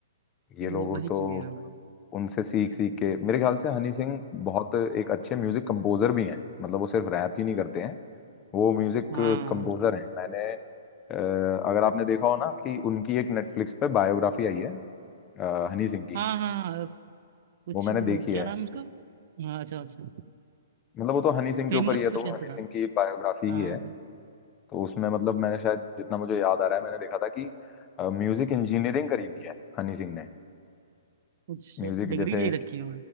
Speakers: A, on the left; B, on the right.
A: ये लोगों
B: ये वही
A: तो
B: चीज है ना मतलब
A: उनसे सीख सीख के मेरे ख्याल से हनी सिंह बहुत एक अच्छे म्यूजिक कंपोजर भी हैं मतलब वो सिर्फ रैप ही नहीं करते हैं वो म्यूजिक
B: हाँ
A: कंपोजर हैं मैंने अ, अगर आपने देखा हो ना कि उनकी एक नेटफ्लिक्स पे बायोग्राफी आई है अ, हनी सिंह की
B: हाँ हाँ हाँ, कुछ
A: वो मैंने
B: क्या
A: देखी है
B: नाम है उसका हाँ अच्छा अच्छा
A: मतलब वो तो हनी सिंह
B: फेमस
A: के ऊपर ही है
B: कुछ
A: तो वो
B: ऐसा
A: हनी सिंह
B: था
A: की बायोग्राफी
B: हाँ
A: ही है
B: हाँ,
A: तो उसमें मतलब मैंने शायद जितना मुझे याद आ रहा है मैंने देखा था कि म्यूजिक इंजीनियरिंग करी हुई है हनी सिंह ने
B: कुछ
A: म्यूजिक
B: डिग्री
A: जैसे
B: ले रखी है